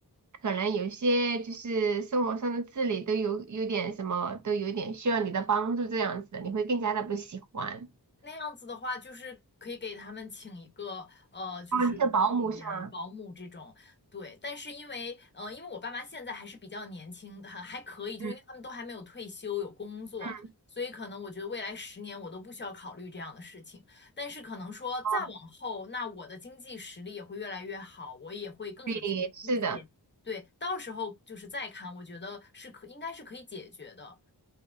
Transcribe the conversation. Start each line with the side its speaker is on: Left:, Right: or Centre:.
Right: 可能有些就是生活上的自理都有有点什么，都有点需要你的帮助这样子的，你会更加的不喜欢。
Left: 那样子的话，就是可以给他们请一个呃，就是护理呀、
Right: 哦，你是保姆是吗？
Left: 保姆这种。对，但是因为呃，因为我爸妈现在还是比较年轻，还还可以，就因为他们都还没有退休，
Right: 嗯
Left: 有工作，
Right: 嗯，
Left: 所以可能我觉得未来十年我都不需要考虑这样的事情。但是可能说再往后，
Right: 哦，
Left: 那我的经济实力也会越来越好，我也会更有钱一些。
Right: 对，是的，
Left: 对，到时候就是再看，我觉得是可应该是可以解决的。